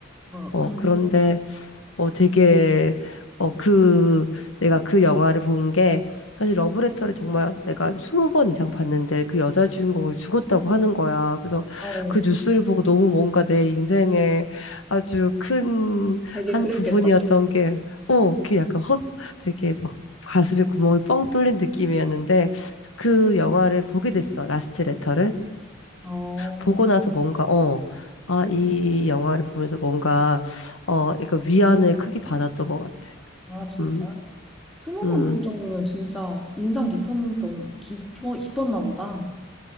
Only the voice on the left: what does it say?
어,
그런데 어, 되게, 어, 그, 내가 그 영화를 본 게, 사실 러브레터를 정말 내가 한 20번 이상 봤는데 그 여자 주인공이 죽었다고 하는 거야. 그래서
그 뉴스를 보고 너무 뭔가 내 인생에 아주 큰
한
부분이었던
게, 어, 그 약간 허, 되게 막 가슴에 구멍이 뻥 뚫린 느낌이었는데 그 영화를 보게 됐어. 라스트 레터를.
보고 나서 뭔가, 어, 아, 이 영화를 보면서 뭔가, 어, 약간 위안을 크게 받았던 것 같아.
음,
음.